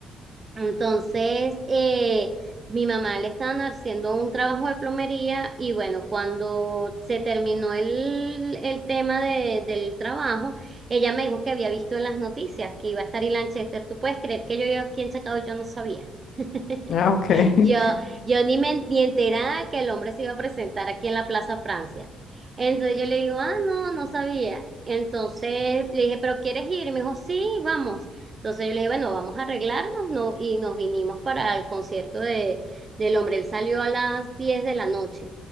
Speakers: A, on the right; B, on the left.
A: Entonces, eh, mi mamá le estaban haciendo un trabajo de plomería y bueno, cuando se terminó el, el tema de- del trabajo, ella me dijo que había visto en las noticias que iba a estar Ilan Chester. ¿Tú puedes creer que yo iba aquí en Chacao y yo no sabía? <laughs>
B: Ah, ok. <laughs>
A: Yo, yo ni me ni enterada que el hombre se iba a presentar aquí en la Plaza Francia. Entonces yo le digo, ah, no, no sabía. Entonces le dije, ¿pero quieres ir? Y me dijo, sí, vamos. Entonces yo le dije, bueno, vamos a arreglarnos, ¿no? Y nos vinimos para el concierto de, del hombre. Él salió a las 10 de la noche